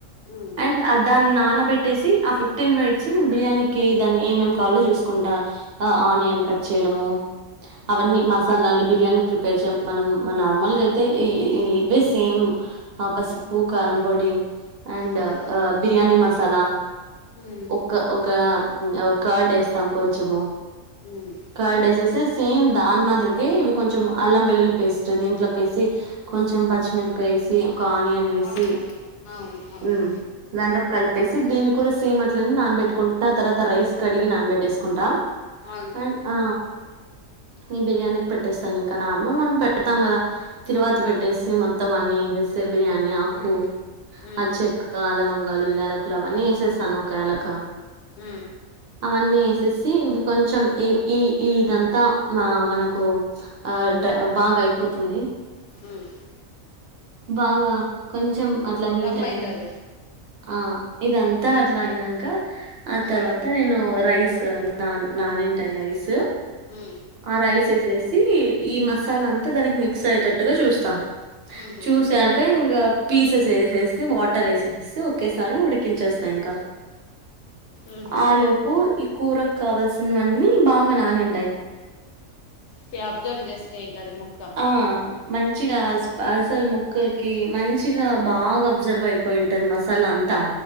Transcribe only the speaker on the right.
అ దాన్ని నానబెట్టేసి ఆ ఫిఫ్టీన్ మినిట్స్ బిర్యానీకి దాన్ని ఏమేం కావాలో చూసుకుంటా అ ఆనియన్ కట్ చేయడము అవన్నీ మసాలాలు బిర్యానీ ప్రిపేర్ చేయ మనం నార్మల్గా అయితే ఇ ఇ ఇవే సేమ్ ఆ పసుపు
కారం పొడి అండ్
బిర్యానీ మసాలా
కా ఒకా మ్ అవ్ కర్డ్ ఎస్తాం కొంచము
కర్డ్ ఎసేసి సేమ్ దాని మాదిరికె ఇవి కొంచెం అల్లం వెల్లుల్లి పేస్ట్ దీంట్లోకి ఎసి కొంచెం పచ్చిమిరకాయ ఎసి ఒక ఆనియన్ ఎసి
మ్ దాంట్లోకి కలిపేసి దిన్ని కూడ సెమె అట్లనె నానబెట్ ట్కుంటా తర్వాత రైస్ కడిగి నానబెట్టేసుకుంటా
అండ్ ఆ నె బిర్యానీక్ పెట్టేస్తాను ఇంకా నార్మల్ మనం పెట్టుతాం కదా తిరువాత
పెట్టేసి మొత్తం అన్ని ఎసెస్తే బిర్యానీ ఆకు
ఆ చెక్ ఆ లవంగాలు యలాకులు అవన్నీ వేసేస్తాను ఒక యలాక
అవన్నీ ఎసేసి ఇవి కొంచెం ఈ ఈ ఇదంతా మా మనకు ఆ డ్రా బాగైపోతుంది
బాగా కొంచెం అట్ల హీట్
అయినం
ఆ ఇదంతా
అట్ల అయినంక ఆ
తర్వాత నేను రైస్ నాన్ నానింటాయ్ రైస్
ఆ రైస్ ఎసేసి ఈ మసాలా అంతా దానికి మిక్స్ అయేటట్టుగా చూస్తా
చూసాక ఇంగ పీసెస్ వేసేసి వాటర్ వేసేసి ఒకేసారి ఉడికించేస్తా ఇంకా
ఆలోపు ఈ కూర క్ కావల్సినవన్నీ బాగా నానింటాయి
ఆ! మంచిగా అస అసలు ముక్కలకి మంచిగా బాగా అబ్జర్బ్ అయిపో పోయుంటాది మసాలా అంతా